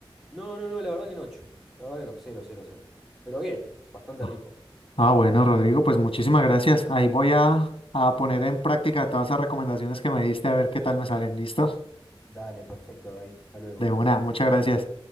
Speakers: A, in the centre; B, on the left (about 80°).
A: No, no, no, la verdad que no, chu. La verdad que no, cero, cero, cero. Pero bien, bastante
B: Ah,
A: rico.
B: ah, bueno, Rodrigo, pues muchísimas gracias. Ahí voy a, a poner en práctica todas esas recomendaciones que me diste a ver qué tal me salen. ¿Listo?
A: Dale, perfecto, David. Hasta luego.
B: De una, muchas gracias.